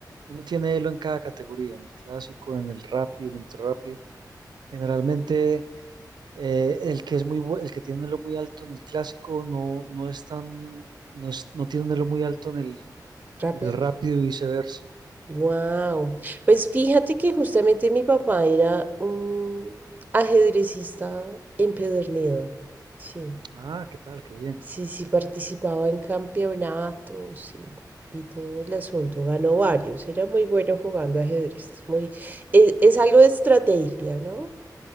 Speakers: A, on the right (about 75°); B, on the right (about 25°).
A: uno tiene elo en cada categoría, en el clásico, en el rápido, en el ultra rápido. Generalmente eh, el que es muy bu- el que tiene un elo muy alto en el clásico no, no es tan, no es- no tiene un elo muy alto en el,
B: Rápido.
A: en el rápido y viceversa.
B: Wow. Pues fíjate que justamente mi papá era un ajedrecista empedernido. Sí.
A: Ah, ¿qué tal? Qué bien.
B: Sí, sí, participaba en campeonatos y, y todo el asunto. Ganó varios. Era muy bueno jugando ajedrez. Es Muy, e- es, algo de estrategia, ¿no?